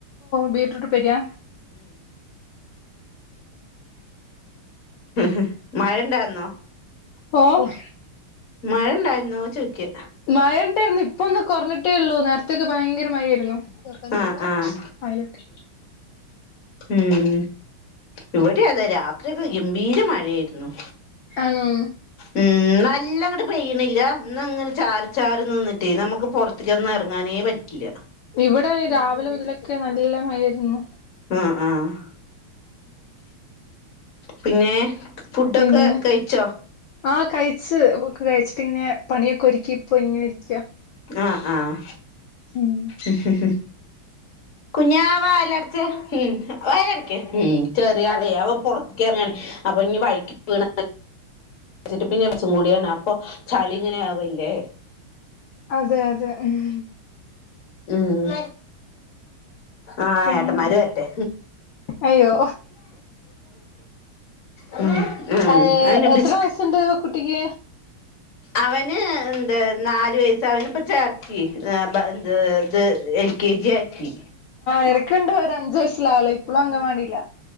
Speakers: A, on the left; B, on the left.
A: ബീറ്റ്രൂട്ട് ഉപ്പേരിയാ?
B: ഉഹും. മഴണ്ടായിരുന്നോ?
A: ഓഹ്?
B: മഴ ഇണ്ടായിരുന്നോ ചോയിക്ക.
A: മഴ ഇണ്ടായിരുന്നു. ഇപ്പ ഒന്ന് കൊറഞ്ഞിട്ടേ ഇള്ളൂ. നേരത്തേക്കെ ഭയങ്കര മഴയേര്ന്നു.
B: ആഹ്
A: <inaudible>
B: ആഹ്
A: അയിലിട്ട്.
B: ഉം. ഇവിടെയു അതെ രാത്രി ഒക്കെ ഗംഭീര മഴയേര്ന്നു.
A: ആണോ?
B: ഉം നല്ലങ്ങട്ട് പെയ്യണില്ല. എന്നാ അങ്ങനെ ചാറി ചാറി നിന്നിട്ടേ നമ്മക്ക് പൊറത് ത്ക്കൊന്നും എറങ്ങാനേ പറ്റില്ല.
A: ഇവിടെ രാവിലെ മുതലൊക്കെ നല്ല മഴയേരുന്നു.
B: ആഹ് ആഹ്. പിന്നെ? ഫുഡ്ഡൊക്കെ
A: പിന്നെ
B: കഴിച്ചോ?
A: ആഹ് കയിച്ച്. കയിച്ചിട്ടിങ്ങനെ പണിയൊക്കെ ഒരുക്കി ഇപ്പോ ഇങ്ങനെ ഇരിയ്ക്കാ.
B: ആഹ് ആഹ്.
A: ഉം.
B: ഉ ഉ ഉ കുഞ്ഞാ വാതിലടച്ചേ. ഉം. വായലടക്ക് ഉം. ചെറിയാളെ, അവൻ പൊറത്ത്ക്ക് എറങ്ങാണ്. അപ്പൊ ഇനി വഴ്ക്കി വീണ വച്ചിട്ട്പ്പ ഇനിയവിടെ ചൂടിയാണ്. അപ്പൊ ചളി ഇങ്ങനെ ആവല്ലേ?
A: അതെ അതെ. ഉം.
B: ഉം ആഹ്
A: പിന്നെ
B: ഏട്ടമാരുവരട്ടെ
A: അയ്യോ
B: ഉം
A: ഏഹ്
B: അന
A: എത്ര
B: ബസ് <unintelligible>
A: വയസ്സുണ്ട് കുട്ടിക്ക്
B: അവന് എന്താ നാലു വയസ്സ അവനിപ്പ ചേർത്തി എ ഇത് എൽ കെ ജി ആക്കി
A: എനക്ക്ണ്ട് ഒര് അഞ്ച വയസില ആള് ഇപ്പളും അങ്ങൻവാടില